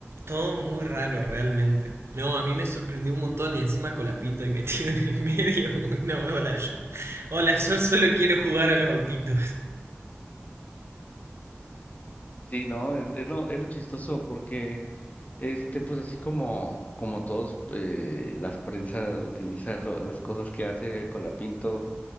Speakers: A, on the right; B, on the left.
A: Todo muy raro, realmente. No, a mí me sorprendió un montón y encima con la pinta y metido en el medio. <laughs> No, hola, yo. Hola, yo solo quiero jugar a los autitos.
B: Sí, no, es, es lo, es lo chistoso porque este pues así como como todos eh, las prensa utilizan lo- las cosas que hace Colapinto